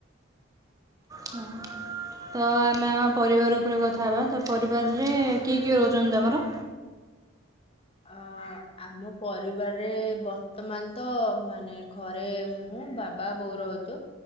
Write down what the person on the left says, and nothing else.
ହ
<unintelligible>
ଅ ଆମ ପରିବାରରେ ବର୍ତ୍ତମାନ ତ, ମାନେ ଘରେ ମୁଁ ମୁଁ ବାବା ବୋଉ ରହୁଛୁ।